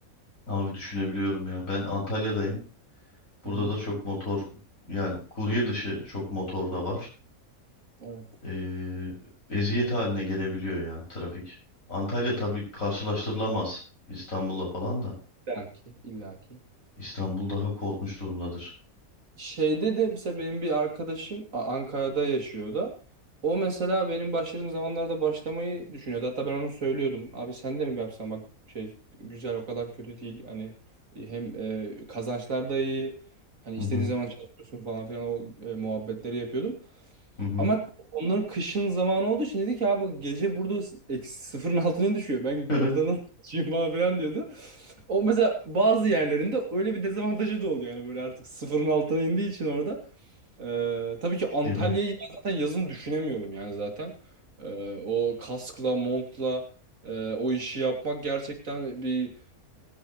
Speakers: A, on the left; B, on the right.
A: Abi düşünebiliyorum ya. Ben Antalya'dayım. Burada
B: Hı hı.
A: da çok motor yani kurye dışı çok motor da var.
B: Evet.
A: Ee, eziyet haline gelebiliyor ya trafik. Antalya tabii karşılaştırılamaz İstanbul'la falan da.
B: İllaki, illaki.
A: İstanbul daha korkunç durumdadır.
B: Şeyde de mesela benim bir arkadaşım A- Ankara'da yaşıyor o da. O mesela benim başladığım zamanlarda başlamayı düşünüyordu. Hatta ben onu söylüyordum. Abi sen de mi yapsan bak şey güzel o kadar kötü değil. Hani e, hem e, kazançlar da iyi. Hani
A: Hı
B: istediğin
A: hı.
B: zaman çalışıyorsun falan filan o e, muhabbetleri yapıyordum.
A: Hı hı.
B: Ama onların kışın zamanı olduğu için dedi ki abi gece burada s- eksi sıfırın altına düşüyor. Ben
A: <laughs>
B: burada nasıl çalışayım falan filan diyordu. O mesela bazı yerlerinde öyle bir dezavantajı da oluyor. Yani böyle artık sıfırın altına indiği için orada. Ee, tabii ki Antalya'yı
A: Değil mi?
B: ben zaten yazın düşünemiyorum yani zaten. Ee, o kaskla, montla e, o işi yapmak gerçekten bir